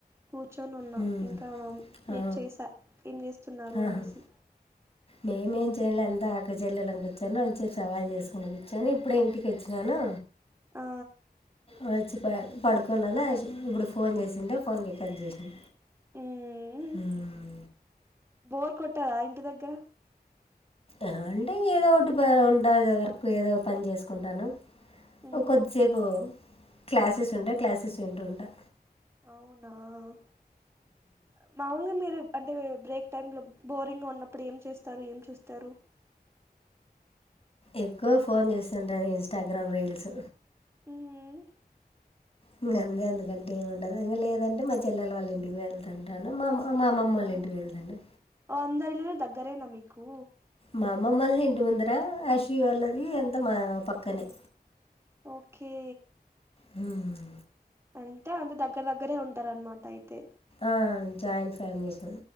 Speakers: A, on the right; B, on the left.
A: కూర్చొని ఉన్నా
B: మ్మ్
A: ఇంకా మీకు
B: ఆ
A: చేసా ఏం చేస్తున్నారు
B: ఆహా
A: అనేసి
B: మేమేం చేయన్లే అంత అక్క చెల్లెళ్ళం కుర్చొని కొంసేపు సవాల్ చేసుకుని కూర్చొని ఇప్పుడే ఇంటికి వచ్చినాను.
A: ఆ
B: వచ్చి ప పడుకున్నాన ఇప్పుడు ఫోన్ చేసిండే ఫోన్ రికార్ట్ చేస్నా
A: మ్మ్
B: ఉమ్
A: బోర్ కొట్టాదా ఇంటి దగ్గర
B: అంటే ఏదో ఒకటి ఉంటాది కదా వర్క్ ఏదో పని చేసుకుంటాను.
A: మ్మ్
B: ఓ కొద్దిసేపు క్లాసెస్ ఉంటాయి క్లాసెస్ వింటుంటా.
A: అవునా అ మాములుగా మీరు అంటే బ్రేక్ టైంలో బోరింగా ఉన్నప్పుడు ఏం చేస్తారు ఏం చూస్తారు?
B: ఎక్కువ ఫోన్ చూస్తుంటాను ఇన్స్టాగ్రామ్ రీల్స్
A: హూమ్మ్
B: ఇంక అంతే అంతకంటే ఏం ఉండదు. ఇంకా లేదంటే మా చెల్లల వాళ్ళ ఇంటికి వెళ్తాను. టాను మా మా మమమ్మోలింటికి
A: ఆ
B: వెళ్తాను.
A: ఓ అందరిల్లులు దగ్గరేనా మీకు?
B: మా అమ్మమ్మోల్ది ఇంటి ముందర అశ్వి వాళ్ళది ఎంత మా పక్కనే
A: ఓకే
B: హుమ్మ్
A: అంటే అందరు దగ్గర దగ్గరే ఉంటారనమాట అయితే
B: ఆ జాయింట్ ఫ్యామిలీస్